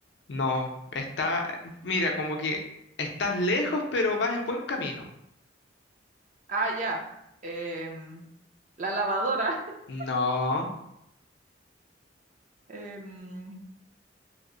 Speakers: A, on the left; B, on the right.
A: no, está, mira, como que estás lejos, pero vas en buen camino.
B: ah, ya, Em, la lavadora, <laughs>
A: No.
B: Em,